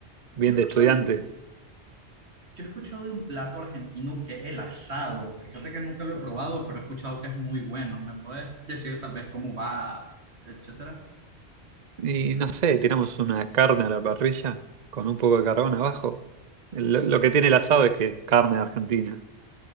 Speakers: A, on the right (about 75°); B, on the right (about 45°).
A: Yo
B: bien
A: he escuchado
B: de estudiante.
A: de un, yo he escuchado de un plato argentino que es el asado. Fíjate que nunca lo he probado, pero he escuchado que es muy bueno. ¿Me puedes decir tal vez cómo va, etcétera?
B: Y no sé, tiramos una carne a la parrilla con un poco de carbón abajo. Lo, lo que tiene el asado es que es carne argentina.